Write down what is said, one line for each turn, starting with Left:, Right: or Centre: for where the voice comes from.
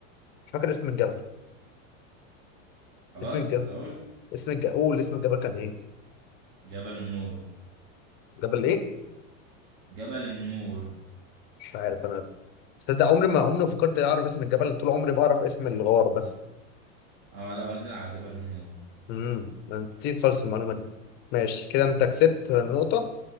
Left: مش فاكر اسم الجبل
Right: خلاص
Left: اسم الجبل
Right: اقول
Left: اسم الجبل قول اسم الجبل كان ايه
Right: جبل النور
Left: جبل ايه
Right: جبل النور
Left: مش عارف انا تصدق عمري ما عمري ما فكرت اعرف اسم الجبل طول عمري بعرف اسم الغار بس
Right: اه لا هو نزل على جبل النور
Left: امم ده أنت نسيت خالص المعلومه دي ماشي كده انت كسبت نقطه